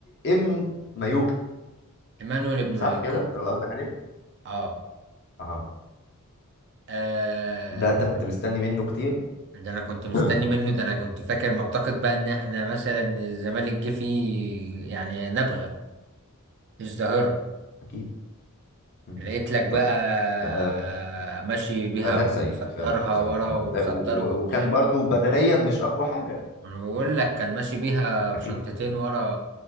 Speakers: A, on the left; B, on the right.
A: ابن مايوكا
B: ايمانويل ابن
A: صح
B: مايوكا
A: كده ده اللي قصدك عليه
B: اه
A: اها
B: آه،
A: ده انت كنت مستني منه كتير
B: ده انا كنت مستني
A: <laughs>
B: منه ده انا كنت فاكر معتقد بقى ان احنا مثلا الزمالك جه فيه يعني نبغة مش ظاهرة
A: اكيد مم.
B: لقيت لك بقى
A: طيب آه،
B: ماشي بيها
A: اداء
B: مصدرها
A: سيء فعلا فعلا
B: ورا
A: كان
B: ومصدره
A: اداء و- و-
B: قدام
A: وكان برضو بدنيا مش اقوى حاجه
B: ما أنا بقول لك كان ماشي بيها بشنطتين
A: اكيد اكيد
B: ورا